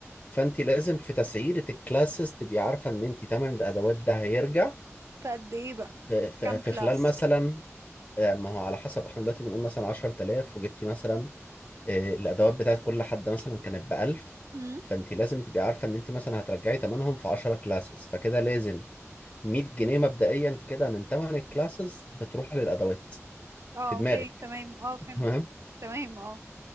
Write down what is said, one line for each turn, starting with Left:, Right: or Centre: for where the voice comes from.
Left: فأنت لازم في تسعيرة الكلاسز تبقي عارفة إن أنت تمن الأدوات ده هيرجع
Right: فقد ايه بقى
Left: في في-
Right: في كام
Left: في
Right: كلاس
Left: خلال مثلا آه، ما هو على حسب احنا دلوقتي بنقول مثلا 10000 وجبتي مثلا إيه، الادوات بتاعت كل حد مثلا كانت ب 1000
Right: مم.
Left: فانت لازم تبقي عارفه ان انت مثلا هترجعي ثمنهم في 10 كلاسز فكده لازم 100 جنيه مبدئيا كده من ثمن الكلاسز بتروح للادوات
Right: اه
Left: في دماغك
Right: اوكي تمام اه فهمت
Left: <laughs> تمام
Right: تمام اه